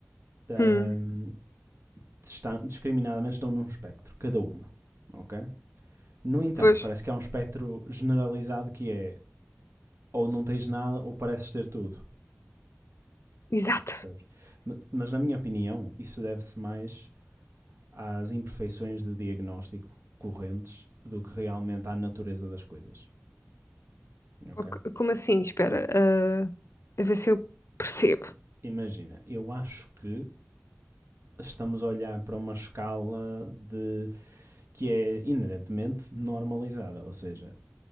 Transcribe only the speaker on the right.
ahm,
estão, discriminadamente estão num espectro, cada uma, ok? No entanto,
parece que há um espectro generalizado que é ou não tens nada ou pareces ter tudo,
percebes? Mas na minha opinião, isso deve-se mais às imperfeições de diagnóstico correntes do que realmente à natureza das coisas, ok?
Imagina, eu acho que estamos a olhar para uma escala de que é inerentemente normalizada, ou seja,